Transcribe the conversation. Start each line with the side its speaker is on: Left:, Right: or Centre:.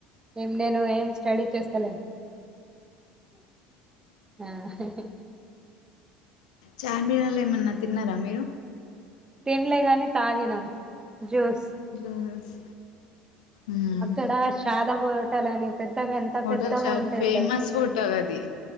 Right: ఏం నేను ఏం స్టడీ చేస్తలేను హ
Left: చార్మినలో ఏమన్నా తిన్నారా మీరు
Right: తినలే గాని తాగినం జోస్
Left: జ్యూస్ మ్మ్.
Right: అక్కడ శాదా టల్ అనేసి పెద్దగా ఎంత
Left: హోటల్
Right: పెద్దగా
Left: చాలా
Right: ఉంటేది
Left: ఫేమస్
Right: తెలుసా
Left: హోటల్ అది